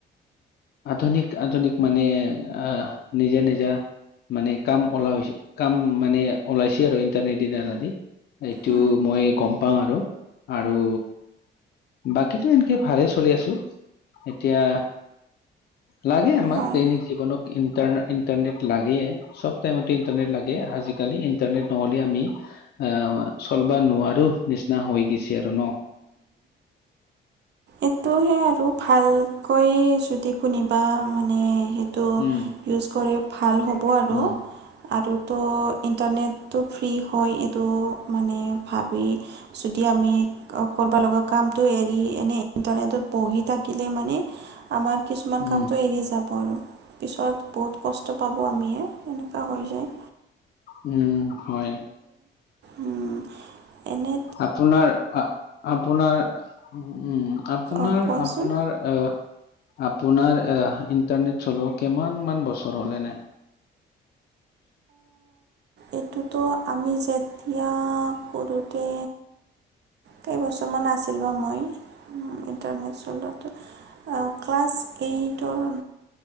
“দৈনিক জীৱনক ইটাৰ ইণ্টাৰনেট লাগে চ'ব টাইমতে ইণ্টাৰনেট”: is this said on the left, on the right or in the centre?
Left